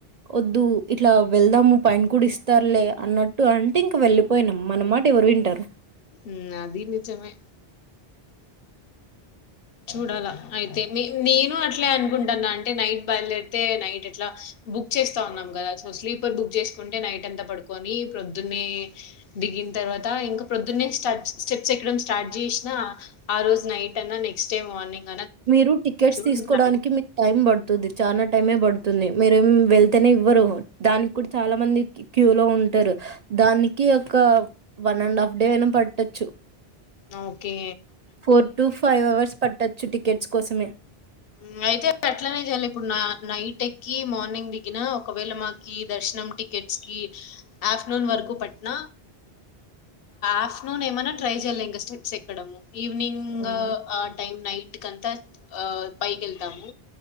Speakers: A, on the right; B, on the left.
A: వద్దు ఇట్లా వెళ్దాము పైన కూడా ఇస్తారులే అన్నట్టు అంటే ఇంక వెళ్ళిపోయినాము, మన మాట ఎవరు వింటారు.
B: మ్ అది నిజమే చూడాలా అయితే నేను అట్లే అనుకుంటాన్నా, అంటే నైట్ బయలుదేరితే నైట్ ఎట్లా బుక్ చేస్తా ఉన్నాం కదా సో స్లీపర్ బుక్ చేసుకుంటే నైట్ అంత పడుకొని, ప్రొద్దున్నే దిగిన తర్వాత ఇంకా ప్రొద్దున్నే స్ట స్టెప్స్ ఎక్కడ స్టార్ట్ చేసినా ఆ రోజు నైట్ అన్నా నెక్ నెక్ట్స్ డే మార్నింగ్
A: మీరు టికెట్స్ తీసుకోవడానికి
B: అని ప్లాన్
A: మీకు టైం పడుతుంది చాలా టైమే పడుతుంది మీరే ఏమి వెళ్తేనే ఇవ్వరు, దానికి కూడా చాలా మంది క్యూ లో ఉంటారు, దానికి ఒక వన్ అండ్ హాఫ్ డే అయినా పట్టొచ్చు.
B: ఆహ్ ఒకే
A: ఫోర్ టు ఫైవ్ అవర్స్ పట్టొచ్చు టికెట్స్ కోసమే
B: మ్ అయితే అట్లనే చెయాలి, ఇప్పుడు నైట్ ఎక్కి మార్నింగ్ దిగిన ఒకవేళ మాకి దర్శనం టికెట్స్ కి, ఆఫ్టర్నూన్ వరకు పట్టిన, ఆఫ్టర్నూన్ ఏమైనా ట్రై చెయాలి ఇంకా స్టెప్స్ ఎక్కడము ఈవినింగ్
A: ఉమ్
B: ఆ టైమ్ నైట్కికి నీకంత ఆహ్ పైకి వెళ్తాము,